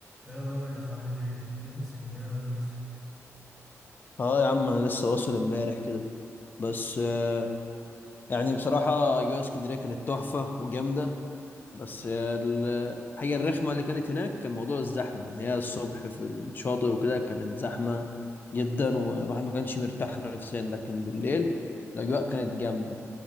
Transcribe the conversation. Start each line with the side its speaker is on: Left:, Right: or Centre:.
Centre: ايه يا ريس عامل ايه جيتني اسكندريه ولا لسه
Left: اه يا عم انا لسه واصل امبارح كده بس آه، يعني بصراحة اجواء اسكندرية كانت تحفة وجامدة بس آه، الحاجة الرخمة اللي كانت هناك كان موضوع الزحمة ان هي الصبح في الشاطئ وكده كانت زحمة جدا والواحد ما كانش مرتاح نفسيا لكن بالليل الاجواء كانت جامدة